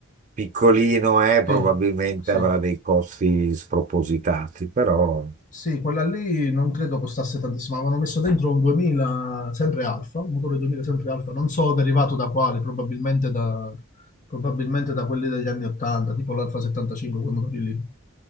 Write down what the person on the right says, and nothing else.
piccolino, eh,
probabilmente
avrà dei costi spropositati, però...